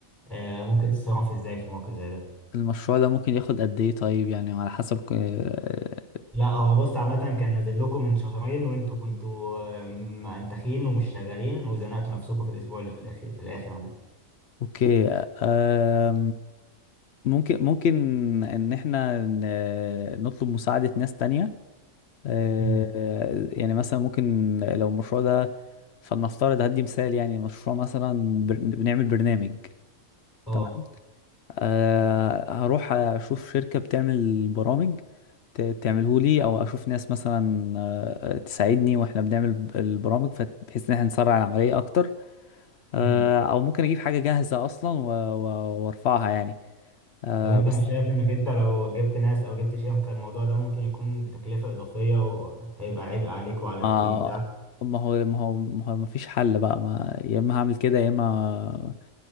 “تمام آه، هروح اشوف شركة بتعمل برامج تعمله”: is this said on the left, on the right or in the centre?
Left